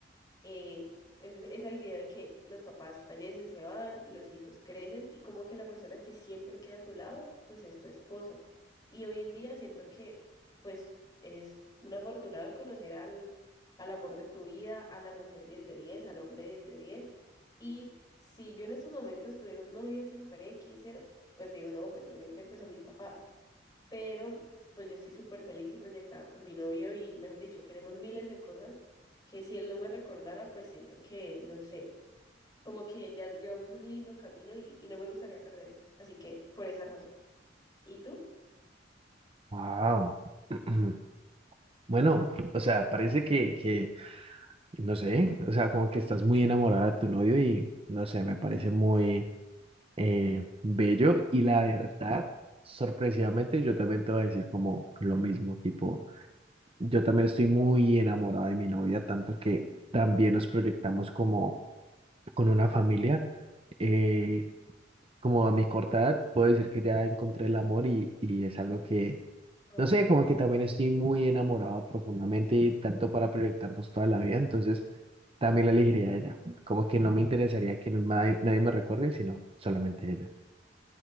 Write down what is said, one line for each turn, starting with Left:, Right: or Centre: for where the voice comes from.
Left: eh, es, es el video de que los papás fallecen, se van, los hijos crecen y como que la persona que siempre queda a tu lado, pues es tu esposo. Y hoy en día siento que pues eres un afortunado de conocer al, al amor de tu vida, a la mujer diez de diez al hombre diez de diez Y si yo en estos momentos tuviera un novio así super X, pues te digo, no, pues obviamente pues a mis papás pero pues yo estoy súper feliz y proyectada con mi novio y, mejor dicho, queremos miles de cosas que si él no me recordara, pues siento que, no sé, como que ya llevamos un lindo camino y, y no me gustaría perder eso. Así que por esa razón. ¿Y tú?
Right: wow. <clears throat> Bueno, o sea, parece que, que No sé, o sea, como que estás muy enamorada de tu novio y no sé, me parece muy eh, bello y la verdad, sorpresivamente, yo también te voy a decir como lo mismo, tipo, yo también estoy muy enamorada de mi novia, tanto que también nos proyectamos como con una familia. Eh, como a mi corta edad, puedo decir que ya encontré el amor y, y es algo que,
Left: Ah,
Right: no sé, como que también estoy muy enamorado profundamente y tanto para proyectarnos toda la vida, entonces también la elegiría a ella. Como que no me interesaría que nadie, nadie me recuerde, sino solamente ella.